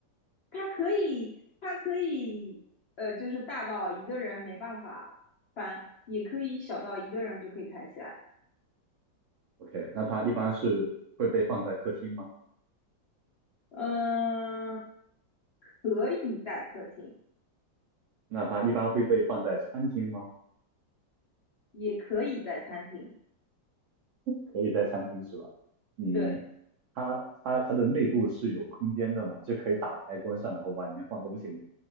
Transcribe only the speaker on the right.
OK，那它一般是会被放在客厅吗？
那它一般会被放在餐厅吗？
可以在餐厅是吧？嗯，
它它它的内部是有空间的嘛？就可以打开关上，然后往里面放东西吗？